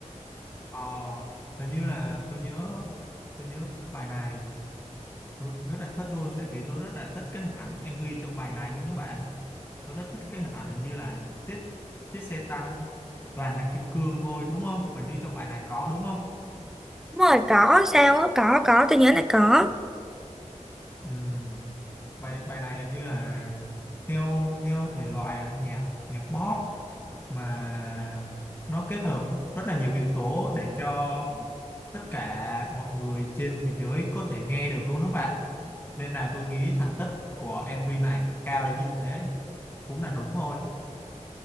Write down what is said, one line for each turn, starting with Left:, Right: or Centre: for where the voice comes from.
Left: Ờ, hình như là tôi nhớ tôi nhớ bài này tôi rất là thích luôn tại vì tôi rất là thích cái hình ảnh MV trong bài này luôn các bạn tôi rất thích cái hình ảnh hình như là một chiếc chiếc xe tăng toàn là kim cương thôi đúng không hình như trong bài này có đúng không
Centre: đúng rồi có sao á có có tôi nhớ là có
Left: Ừm, bài bài này hình như là theo theo thể loại là nhạc nhạc pop mà nó kết hợp rất là nhiều yếu tố để cho tất cả mọi người trên thế giới có thể nghe được luôn đó bạn nên là tôi nghĩ thành tích của MV này cao đến như thế cũng là đúng thôi